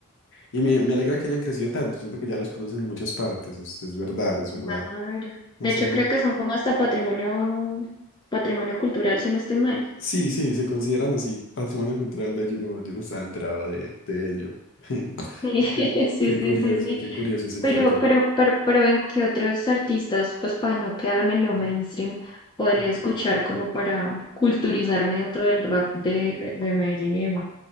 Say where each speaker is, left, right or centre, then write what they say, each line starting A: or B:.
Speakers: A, on the left; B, on the left.
A: Y me, me alegra que hayan crecido tanto. Siento que ya los conocen en muchas partes. Es, es verdad, es verdad.
B: Claro.
A: No
B: De
A: sé
B: hecho,
A: yo.
B: creo que son como hasta patrimonio, patrimonio cultural, si no estoy mal.
A: Sí, sí, se consideran así. Patrimonio cultural bello. No, yo no estaba enterado de, de ello. <laughs>
B: Sí, <laughs>
A: Qué,
B: sí,
A: qué
B: sí,
A: curioso,
B: sí, sí.
A: qué curioso ese título.
B: Pero, pero, pero, pero ¿en qué otros artistas, pues para no quedarme en lo mainstream, podría
A: Ok.
B: escuchar como para culturizarme dentro del rap de, de, de Medellín y demás?